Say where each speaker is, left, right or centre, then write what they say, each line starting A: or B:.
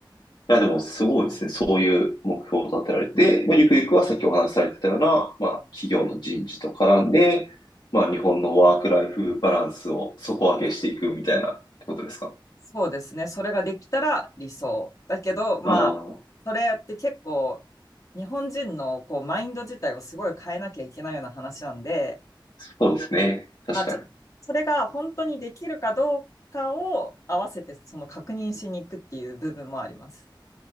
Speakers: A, on the left; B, on the left.
A: や、でもすごいですね。そういう目標を立てられて、まあ、ゆくゆくはさっきお話しされてたような、まあ、企業の人事と絡んで、まあ、日本のワークライフバランスを底上げしていくみたいなってことですか
B: そうですね。それができたら理想。だけど、まあ、
A: ああ、
B: それって結構、日本人のこうマインド自体をすごい変えなきゃいけないような話なんで、
A: そうですね。確かに。
B: まあ、ちょっとそれが本当にできるかどうかを合わせて、その確認しに行くっていう部分もあります。